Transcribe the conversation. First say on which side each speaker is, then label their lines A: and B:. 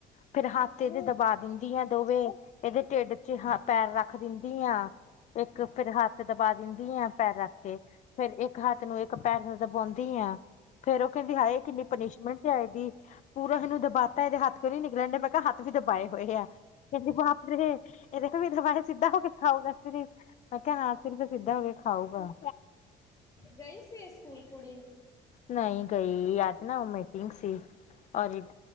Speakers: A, on the left; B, on the left.
A: ਫਿਰ ਹੱਥ ਇਹ ਦੇ ਦਬਾ ਦਿੰਦੀ ਆ ਦੋਵੇਂ, ਇਹਦੇ ਢਿੱਡ ਚ ਪੈਰ ਰੱਖ ਦਿੰ ਦੀ ਆਂ, ਇੱਕ ਫਿਰ ਹੱਥ ਦਬਾ ਦਿੰਦੀ ਆਂ ਪੈਰ ਰੱਖ ਕੇ। ਫਿਰ ਇੱਕ ਹੱਥ ਨੂੰ ਇੱਕ ਪੈਰ ਦਬਾਉਂਦੀ ਆ। ਫੇਰ ਉਹ ਕਹਿੰਦੀ ਹਾਏ ਕਿੰਨੀ ਪਨੀਿਸ਼ਮੈਂਟ ਆਏਗੀ, ਪੂਰਾ ਇਹਨੂੰ ਦਬਾਤਾ ਇਹਦੇ ਹੱਥ ਕਿਉਂ ਨੀ ਨਿਕਲਣ ਡੇ ਮੈਂ ਕਿਹਾ ਹੱ ਵੀ ਦਬਾਏ ਹੋਏ ਆ, ਕਹਿੰਦੀ ਬਾਪ ਰੇ, ਇਹਦੇ ਤੋ ਬਿਨ ਦਬਾਏ ਸਿੱਧਾ ਹੋ ਕੇ ਖਾਓਗਾ। ਮੈਂ ਕਿਹਾ ਹਾ ਸਿਰਫ ਸਿੱਧਾ ਹੋ ਕੇ ਖਾਊਗਾ।
B: ਗਈ ਸੀ ਸਕੂਲ ਕੁੜੀ?
A: ਨਈ ਗਈ ਅੱਜ ਨਾ ਉਹ ਮੀਟਿੰਗ ਸੀ, ਔਰ